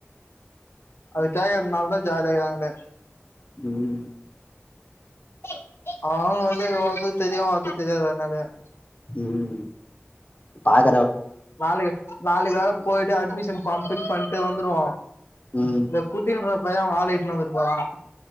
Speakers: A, on the left; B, on the left.
A: அது கேக்கதனாலதா ஜாலியா இக்காங்ளே
B: உம்
A: <unintelligible>
B: உம் பாத்
A: நாளைக்கு நாளைக்கு வேற போயிட்டு அட்மிஷன் ஃபார்ம் பில் பண்ட்டு வந்துருவோ
B: ம்
A: இந்த குட்டின்ற பைய அவுங்க ஆள இட்டுனு வந்துட்டு போறா